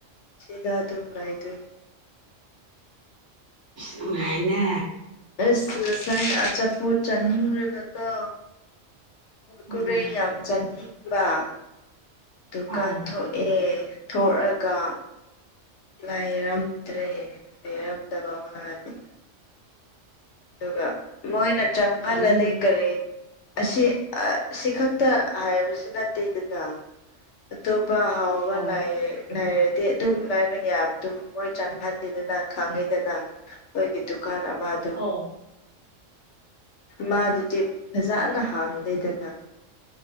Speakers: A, on the left (about 65°); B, on the right (about 40°).
A: ꯁꯤꯗ ꯑꯗꯨꯝ ꯂꯩꯗꯣꯏꯅꯦ
B: ꯅꯨꯉꯥꯏꯅꯦ
A: ꯑꯁ ꯉꯁꯥꯏ ꯑꯆꯥꯄꯣꯠ ꯆꯥꯅꯤꯡꯔꯥꯒꯀꯣ ꯈꯨꯨꯔꯀꯨꯔꯩ
B: ꯎꯝ
A: ꯌꯥꯝ ꯆꯥꯅꯤꯡꯕ ꯗꯨꯀꯥꯟ
B: ꯑꯥ
A: ꯊꯣꯛꯑꯦ ꯊꯣꯛꯑꯒ ꯂꯩꯔꯝꯗ꯭ꯔꯦ ꯂꯩꯔꯝꯗꯕ ꯃꯥꯗ ꯑꯗꯨꯒ ꯃꯣꯏꯅ ꯆꯪꯍꯜꯂꯗꯤ
B: ꯆꯥꯅꯤꯡ
A: ꯀꯔꯤ ꯑꯁꯤ ꯑꯁꯤ ꯈꯛꯇ ꯍꯥꯏꯕꯁꯨ ꯅꯠꯇꯦ ꯑꯗꯨꯅ ꯇꯣꯄ ꯍꯥꯎꯕ
B: ꯍꯣꯏ
A: ꯂꯥꯏ ꯂꯩꯥꯏꯔꯗꯤ ꯑꯗꯨ ꯂꯥꯏꯕ ꯌꯥꯕꯗꯨ ꯃꯣꯏ ꯆꯪꯍꯟꯗꯦꯗꯅ ꯈꯪꯉꯤꯗꯅ ꯃꯣꯏꯒꯤ ꯗꯨꯀꯥꯟ ꯑꯃꯥꯗ
B: ꯑꯣ
A: ꯃꯥꯗꯨꯗꯤ ꯐꯖꯅ ꯍꯥꯡꯗꯦꯗꯅ